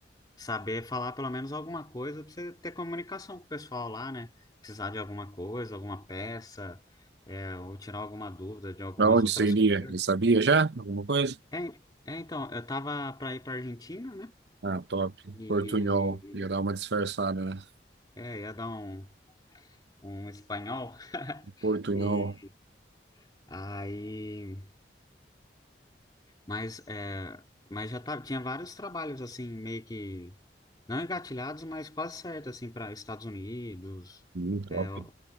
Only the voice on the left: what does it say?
saber falar pelo menos alguma coisa para você ter comunicação com o pessoal lá, né? Precisar de alguma coisa, alguma peça, é, ou tirar alguma dúvida de algumas
outras
coisas.
É, é, então, eu tava para ir para Argentina, né?
E
é, ia dar um, um espanhol. <laughs>
E aí, mas é, mas já tava, tinha vários trabalhos assim meio que não engatilhados, mas quase certo assim para Estados Unidos,
é, o-